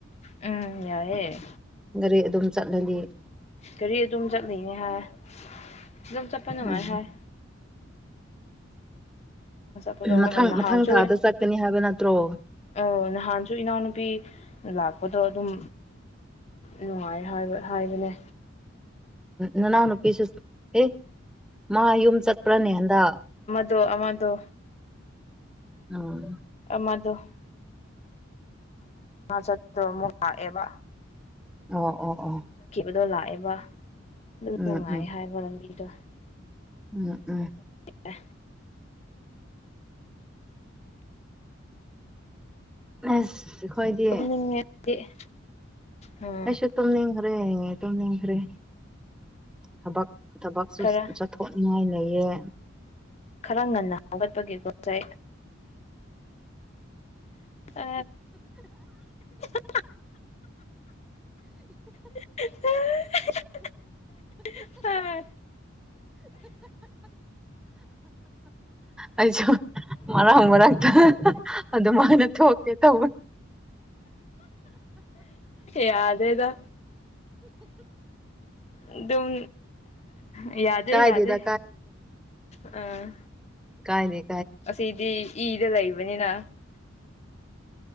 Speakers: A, on the left; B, in the centre.
A: ꯎꯝ ꯌꯥꯏꯌꯦ
B: ꯒꯥꯔꯤ ꯑꯗꯨꯝ ꯆꯠꯂꯅꯤ
A: ꯒꯥꯔꯤ ꯑꯗꯨꯝ ꯆꯠꯂꯤꯅꯦ ꯍꯥꯏ ꯑꯗꯨꯝ ꯆꯠꯄ ꯅꯨꯡꯉꯥꯏ
B: ꯎꯝ
A: ꯍꯥꯏ ꯄꯣ
B: ꯃꯊꯪ
A: ꯑ ꯅꯍꯥꯟꯁꯨ
B: ꯃꯊꯪ ꯊꯥꯗ ꯆꯠꯀꯅꯤ ꯍꯥꯏꯕ ꯅꯠꯇ꯭ꯔꯣ
A: ꯑ ꯅꯍꯥꯟꯁꯨ ꯏꯅꯥꯎꯅ ꯅꯨꯄꯤ ꯂꯥꯛꯄꯗꯣ ꯑꯗꯨꯝ ꯅꯨꯡꯉꯥꯏꯕ ꯍꯥꯏꯕꯅꯦ
B: ꯅꯅꯥꯎꯅ ꯅꯨꯄꯤꯁꯨ ꯑꯦ ꯃꯥ ꯌꯨꯝ ꯆꯠꯄ꯭ꯔꯅꯦ ꯍꯟꯗ
A: ꯗꯣ ꯑꯃꯥꯡꯗ
B: ꯑ <inaudible>
A: ꯃꯗꯨ ꯆꯠꯨ ꯂꯥꯛꯑꯦꯕ
B: ꯑꯣ ꯑꯣ ꯑꯣ <inaudible>
A: ꯑꯗꯣ ꯂꯥꯛꯑꯦꯕ ꯑꯗꯨ
B: ꯎꯝ
A: ꯅꯨꯡꯉꯥꯏ
B: ꯎꯝ
A: ꯍꯥꯏꯕ ꯂꯝꯕꯤꯗꯣ
B: ꯎꯝ ꯎꯝ <inaudible>
A: ꯑꯦ
B: ꯑꯁ ꯑꯩꯈꯣꯏꯗꯤ
A: ꯇꯨꯝꯅꯤꯡꯉꯦ ꯑꯩꯗꯤ ꯎꯝ
B: ꯑꯩꯁꯨ ꯇꯨꯝꯅꯤꯡꯈ꯭ꯔꯦ ꯇꯨꯝꯅꯤꯡꯈ꯭ꯔꯦ ꯊꯕꯛ ꯊꯕꯛꯁꯨ
A: ꯈꯔ
B: ꯆꯠꯊꯣꯛꯅꯤꯡꯉꯥꯏ ꯂꯩꯌꯦ
A: ꯈꯔ ꯉꯟꯅ ꯍꯥꯞꯒꯠꯄꯒꯤꯦꯀꯣ ꯉꯁꯥꯏ ꯑ <inaudible> ꯍ ꯑ
B: ꯑꯩꯁꯨ ꯃꯔꯔꯥꯡ ꯃꯔꯔꯥꯡ ꯑꯗ ꯃꯥꯅ ꯊꯣꯛꯀꯦ ꯇꯧꯋ
A: ꯌꯥꯗꯦꯗ ꯑꯗꯨꯝ ꯌꯥꯗꯦ
B: ꯀꯥꯏꯗꯦꯗ
A: ꯌꯥꯗꯦ ꯑ
B: ꯀꯥꯏꯅꯦ
A: ꯑꯁꯤꯗꯤ ꯏꯗ ꯂꯩꯕꯅꯤꯅ